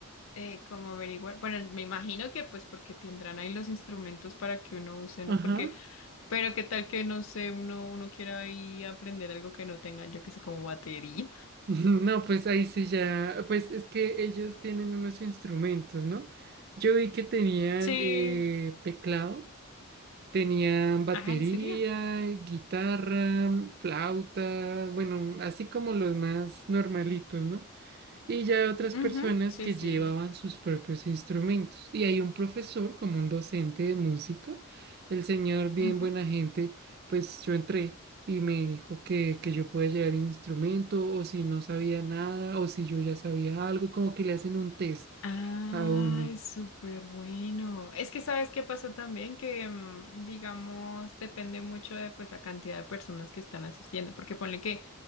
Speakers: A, on the left; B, on the right.
A: eh, como averiguar? Bueno, me imagino que pues porque tendrán ahí los instrumentos para que uno use, ¿no?
B: Ajá.
A: Porque Pero qué tal que no sé, uno, uno quiera ahí aprender algo que no tengan, yo que sé, como batería.
B: <laughs> No, pues ahí sí ya, pues es que ellos tienen unos instrumentos, ¿no? Yo vi que tenían
A: Sí.
B: eh, teclado, tenían batería,
A: Ah, ¿en serio?
B: guitarra, flauta, bueno, así como los más normalitos, ¿no? Y ya hay otras
A: Ujú,
B: personas
A: Sí,
B: que
A: sí.
B: llevaban sus propios instrumentos. Y hay un profesor, como un docente de música, el señor bien
A: Ujú.
B: buena gente, pues yo entré y me dijo que, que yo podía llevar el instrumento o si no sabía nada o si yo ya sabía algo, como que le hacen un test
A: Ay,
B: a uno.
A: súper bueno. Es que sabes qué pasó también, que mm, digamos, depende mucho de pues la cantidad de personas que están asistiendo, porque ponle que,